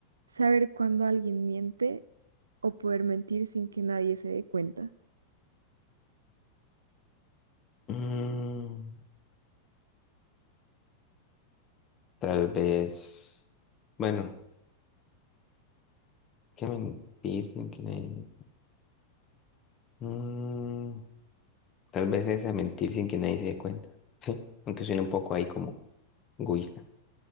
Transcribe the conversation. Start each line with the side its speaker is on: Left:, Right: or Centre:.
Right: ¿Saber cuándo alguien miente o poder mentir sin que nadie se dé cuenta?
Left: Mm, tal vez, bueno, qué mentir sin que nadie... Mm, tal vez esa mentir sin que nadie se dé cuenta. Sí, aunque suene un poco ahí como egoísta,